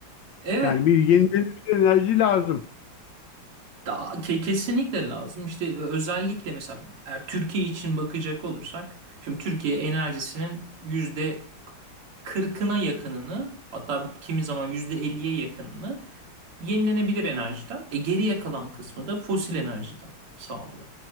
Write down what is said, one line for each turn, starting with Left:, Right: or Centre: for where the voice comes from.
Right: Evet,
Left: Yani bir yenilenebilir enerji lazım.
Right: da- ke- kesinlikle lazım. İşte özellikle mesela eğer Türkiye için bakacak olursak, şimdi Türkiye enerjisinin yüzde kırkına yakınını, hatta kimi zaman yüzde elliye yakınını yenilenebilir enerjiden, e, geriye kalan kısmı da fosil enerjiden sağlıyor.